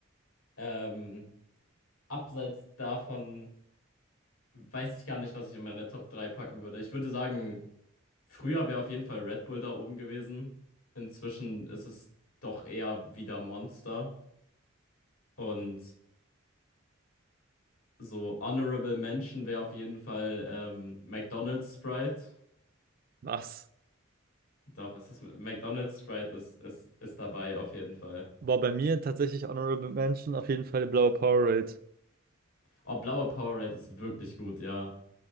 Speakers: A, on the left; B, on the right.
A: Ähm, abseits davon weiß ich gar nicht, was ich in meine Top 3 packen würde. Ich würde sagen, früher wäre auf jeden Fall Red Bull da oben gewesen. Inzwischen ist es doch eher wieder Monster. Und so Honorable Mention wäre auf jeden Fall ähm, McDonald's Sprite.
B: Was?
A: Doch, es ist McDonald's Sprite ist, ist, ist dabei auf jeden Fall.
B: Boah, bei mir tatsächlich Honorable Mention auf jeden Fall die blaue Powerade.
A: Oh, blaue Powerade ist wirklich gut, ja.